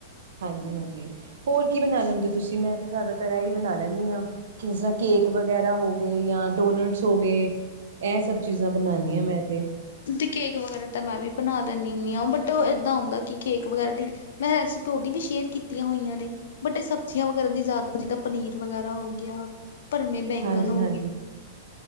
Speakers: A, on the right; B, on the left.
A: ਹਾਂਜੀ ਹਾਂਜੀ। ਹੋਰ ਕੀ ਬਨਾ ਲੈਂਦੇ ਓ ਤੁਸੀ? ਮੈਂ ਤਾਂ ਜਾ਼ਦਾਤਰ ਐਈ ਬਨਾ ਲੈਂਨੀ ਆਂ, ਕਿ ਜਿਸਾਂ ਕੇਕ ਵਗੈਰਾ ਹੋ ਗੇ ਯਾਂ ਡੋਨਟਸ ਹੋਗੇ। ਐ ਸਭ ਚੀਜ਼ਾਂ ਬਨਾਨੀ ਆਂ ਮੈਂ ਤੇ।
B: ਦੀ ਕੇਕ ਵਗੈਰਾ ਤਾਂ ਮੈਂ ਵੀ ਬਨਾ ਲੈਨੀ ਹੁਨੀ ਆਂ ਬਟ ਓ ਏਦਾਂ ਹੁੰਦਾ ਕੀ ਕੇਕ ਵਗੈਰਾ ਦੀ ਮੈਂ ਰੈਸਿਪੀ ਓਦੀ ਵੀ ਸ਼ੇਅਰ ਕੀਤੀਆਂ ਹੋਈਆਂ ਨੇ। ਬਟ ਐ ਸਬਜ਼ੀਆਂ ਵਗੈਰਾ ਦੀ ਜਾ਼ ਜਿੱਦਾਂ ਪਨੀਰ ਵਗੈਰਾ ਹੋ ਗੇਆ। ਭਰਮੇ ਬੈਂਗਨ
A: ਹਾਂਜੀ-ਹਾਂਜੀ
B: ਹੋਗੇ